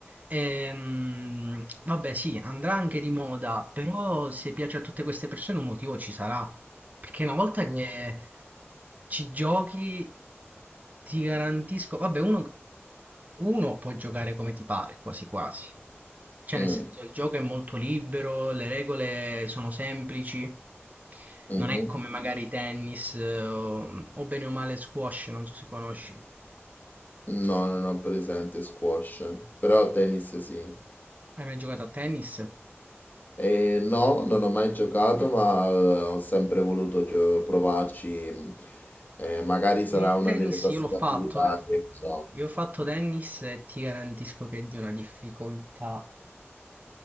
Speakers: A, on the right; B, on the left.
A: ehm, vabbè sì, andrà anche di moda, però se piace a tutte queste persone un motivo ci sarà, perché una volta che ci giochi ti garantisco, vabbè uno, uno può giocare come ti pare, quasi quasi, cioè
B: mm,
A: nel senso il gioco è molto libero, le regole sono semplici,
B: mhm.
A: non è come magari tennis eh, o, o bene o male squash, non so se conosci.
B: No, non ho presente squash, però tennis sì.
A: Hai mai giocato a tennis?
B: E no, non ho mai giocato, ma eh, ho sempre voluto gio- provarci. mm, Eh, magari sarà
A: Il
B: una
A: tennis
B: delle prossime
A: io l'ho fatto,
B: attività
A: eh.
B: che farò.
A: Io ho fatto tennis e ti garantisco che è di una difficoltà